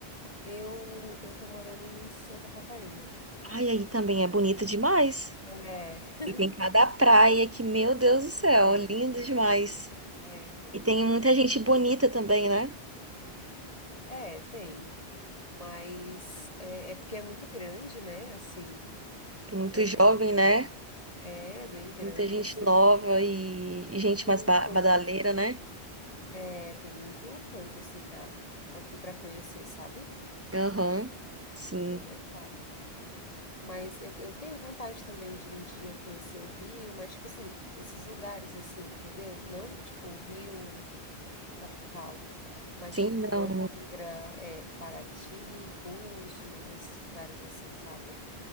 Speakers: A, on the left; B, on the right.
A: Eu eu tô morando em Santa Catarina.
B: Ai, aí também é bonito demais.
A: É, <laughs>
B: E tem cada praia que, meu Deus do céu,
A: é,
B: lindo
A: aqui
B: demais.
A: é, bonito. é bem
B: E tem
A: bonito.
B: muita gente bonita também, né?
A: É, tem, mas é, é porque é muito grande, né? Assim,
B: Tem muito
A: é
B: jovem,
A: bem,
B: né?
A: é bem grande,
B: Muita gente
A: assim.
B: nova e, e gente
A: Tu
B: mais ba-
A: tem,
B: badaleira, né?
A: é, tem muito canto assim para aqui para conhecer, sabe?
B: Aham. Sim,
A: É bem legal. Mas eu, eu tenho vontade também de um dia conhecer o Rio, mas tipo assim, esses lugares assim, entendeu? Não tipo o Rio capital, mas
B: sim,
A: tipo
B: não.
A: Angra, é, Paraty, Búzios, esses lugares assim, sabe?